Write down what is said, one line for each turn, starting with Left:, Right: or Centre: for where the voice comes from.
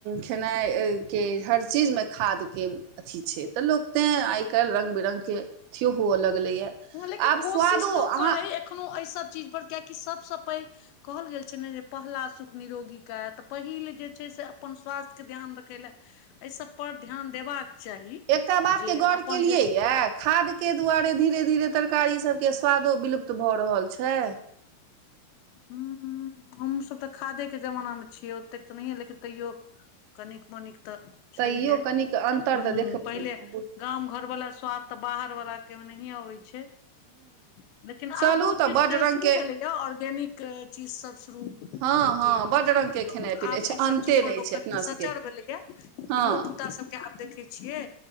Right: खेनाइके हर चीजमे खादके अथी छै तऽ लोक तेँ आइ काल्हि रंग बिरंग के अथीयो हुअ लगलैए
Left: हँ लेकिन
Right: आब
Left: कोशिश
Right: स्वादो
Left: लोक
Right: अहाँ
Left: करै एखनो एहि सब चीज पर कियकि सबसँ पैघ कहल गेल छै ने जे पहला सुख निरोगी कायि तऽ पहिल जे छै से अपन स्वास्थ्यके ध्यान रखय लए एहि सब पर ध्यान देबाक चाही
Right: एकटा बात
Left: जे
Right: के गौर
Left: अपन
Right: केलियै
Left: जे
Right: या खाद के दुआरे धीरे धीरे तरकारी सभके स्वादो विलुप्त भऽ रहल छै
Left: हँ हमसभ तऽ खादेके जमानामे छियै ओतेक तऽ नहिये लेकिन तैयो कनिक मनिक तऽ
Right: तैयो
Left: छैहे
Right: कनिक अन्तर
Left: हूंम्म
Right: तऽ देख हूँ
Left: पहिले गाम घर वाला स्वाद तऽ बाहर वलाा के मे नहिये अबै छै लेकिन आब
Right: चलू
Left: बहुत किछु
Right: बड्ड
Left: तऽ
Right: रङ्गके
Left: शुरू भेलैए ऑर्गेनिक चीजसभ शुरू कहलकै
Right: हँ
Left: हँ
Right: बड्ड रङ्गके खेनाइ पिनाइ
Left: आब
Right: छै
Left: एहिसभ
Right: अन्ते
Left: चीज पर
Right: नहि
Left: लोक
Right: छै अपना
Left: कनि सचर
Right: सभके
Left: भेलैए धियो
Right: हँ
Left: पुता सब आब देखै छियै